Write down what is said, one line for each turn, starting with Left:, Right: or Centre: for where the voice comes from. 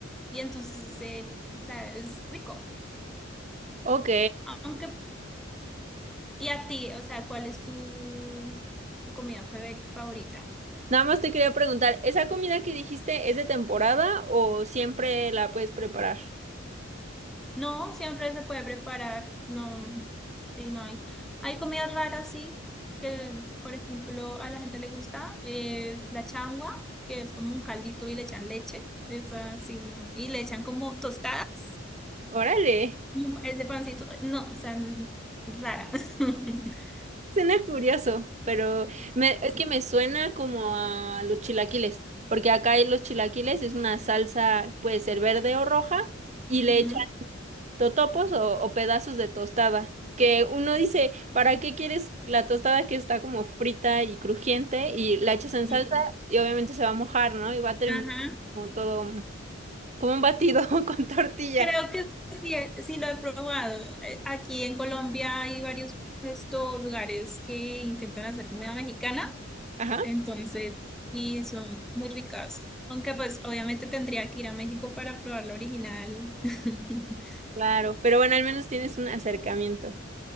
Centre: Y entonces, eh, o sea, es rico.
Right: Ok.
Centre: Aunque, y a ti, o sea, ¿cuál es tu, tu comida favori- favorita?
Right: Nada más te quería preguntar, ¿esa comida que dijiste es de temporada o siempre la puedes preparar?
Centre: No, siempre se puede preparar. No, sí, no hay. Hay comidas raras, sí, que por ejemplo a la gente le gusta. Es la changua, que es como un caldito y le echan leche. Esa sí, no. Y le echan como tostadas.
Right: Órale,
Centre: Mm, Ese pancito. No, o sea, n- rara. <laughs>
Right: suena curioso, pero me- es que me suena como a los chilaquiles, porque acá hay los chilaquiles, es una salsa, puede ser verde o roja, y le
Centre: Mm,
Right: echan totopos o, o pedazos de tostada, que uno dice, ¿para qué quieres la tostada que está como frita y crujiente y la echas en
Centre: sí.
Right: salsa y obviamente se va a mojar, ¿no? Y va a terminar
Centre: Ajá.
Right: como todo como un batido <laughs> con tortilla.
Centre: Creo que sí, eh, sí lo he probado. Eh, Aquí en Colombia hay varios estos lugares que intentan hacer comida mexicana.
Right: Ajá.
Centre: Entonces, y son muy ricas. Aunque pues obviamente tendría que ir a México para probar la original. <laughs>
Right: Claro, pero bueno, al menos tienes un acercamiento.